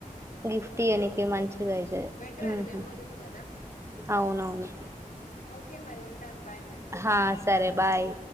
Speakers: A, on the left; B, on the right.
A: టూ
B: గిఫ్ట్
A: హండ్రెడ్
B: ఇయనికి
A: టూ ఫిఫ్టీ
B: మంచిది
A: నుంచి
B: ఐతే అది
A: బెటర్
B: ఉహు
A: మెమోరీస్ కదా
B: అవునవును
A: ఓకే మరి ఉంటాను బాయ్ మరి
B: హా సరే బాయ్